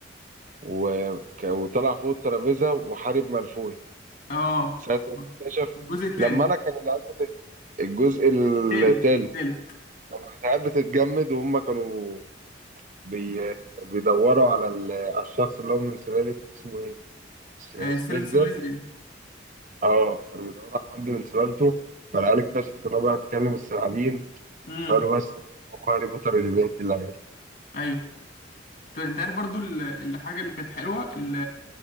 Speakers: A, on the right; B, on the left.
A: و... ك- وطلع فوق الترابيزة وحارب مالفوي
B: اه
A: ساعة ما اكتشف
B: الجزء التاني
A: لما أنا كان العيال بتت- الجزء التالت
B: تالت تالت
A: لما كانت العيال بتتجمد وهم كانوا بي... بيدوروا على ال... على الشخص اللي هو من سلالة اسمه إيه؟ س-
B: آه
A: سليزر
B: سل سل سل
A: اه كانوا بيدوروا على حد من سلالته فالعيال اكتشفت إن هو بيعرف يتكلم الثعابين
B: امم
A: فقالوا بس هو هاري بوتر اللي بيقتل العيال
B: ايوه طب انت عارف برضو ال- الحاجه اللي كانت حلوه ال-